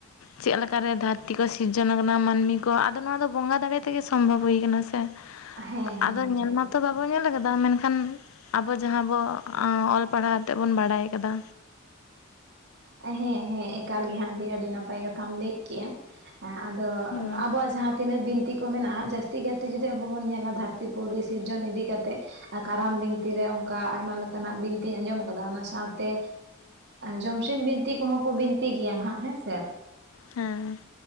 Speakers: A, on the left; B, on the right.
A: ᱪᱮᱫ ᱞᱮᱠᱟᱨᱮ ᱫᱷᱟᱹᱨᱛᱤ ᱠᱚ ᱥᱤᱨᱡᱚᱱ ᱟᱠᱟᱱᱟ ᱢᱟᱹᱱᱢᱤ ᱠᱚ? ᱟᱫᱚ ᱱᱚᱣᱟ ᱫᱚ ᱵᱚᱸᱜᱟ ᱫᱟᱲᱮ ᱛᱮᱜᱮ ᱥᱚᱢᱵᱷᱚᱵ ᱦᱩᱭ ᱠᱟᱱᱟ ᱥᱮ᱾
B: ᱦᱮᱸ ᱦᱮᱸ
A: ᱟᱫᱚ ᱧᱮᱞ
B: ᱦᱮᱸ
A: ᱢᱟᱛᱚ ᱰᱟᱵᱚ ᱧᱮᱞ ᱟᱠᱟᱫᱟ᱾ ᱢᱮᱱᱠᱷᱟᱱ ᱟᱵᱚ ᱡᱟᱦᱟᱸ ᱵᱚ ᱚᱞ ᱯᱟᱲᱦᱟᱣ ᱡᱟᱛᱮᱫ ᱵᱚᱱ ᱵᱟᱰᱟᱭ ᱠᱟᱫᱟ᱾
B: ᱦᱮᱸ ᱦᱮᱸ ᱮᱠᱟᱞ ᱜᱮ ᱦᱟᱸᱜ, ᱟᱹᱰᱤ ᱟᱹᱰᱤ ᱱᱟᱯᱟᱭ ᱠᱟᱛᱷᱟᱢ ᱞᱟᱹᱭ ᱠᱮᱜᱼᱟ᱾ ᱦᱮᱸ ᱟᱫᱚ
A: ᱦᱮᱸ
B: ᱟᱵᱚᱣᱟᱜ ᱡᱟᱦᱟᱸ ᱛᱤᱱᱟᱹᱜ ᱵᱤᱱᱛᱤ ᱠᱚ ᱢᱮᱱᱟᱜᱼᱟ, ᱡᱟᱹᱥᱛᱤ ᱠᱟᱭᱛᱮ ᱡᱩᱫᱤ ᱟᱵᱚ ᱵᱚᱱ ᱧᱮᱞᱟ᱾ ᱫᱷᱟᱹᱨᱛᱤ ᱯᱩᱨᱩᱨᱤ ᱥᱤᱨᱡᱚᱱ ᱤᱫᱤ ᱠᱟᱛᱮᱫ ᱠᱟᱨᱟᱢ ᱵᱤᱱᱛᱤ ᱨᱮ ᱚᱱᱠᱟ ᱟᱭᱢᱟ ᱞᱮᱠᱟᱱᱼᱟᱜ ᱵᱤᱱᱛᱤᱧ ᱟᱸᱡᱚᱢ ᱟᱠᱟᱫᱟ᱾ ᱚᱱᱟ ᱥᱟᱶᱛᱮ ᱡᱚᱢᱥᱤᱢ ᱵᱤᱱᱛᱤ ᱠᱚᱦᱚᱸ ᱠᱚ ᱵᱤᱱᱛᱤ ᱜᱮᱭᱟ ᱱᱟᱸᱦᱟᱜ ᱦᱮᱸ ᱥᱮ᱾
A: ᱦᱮᱸ᱾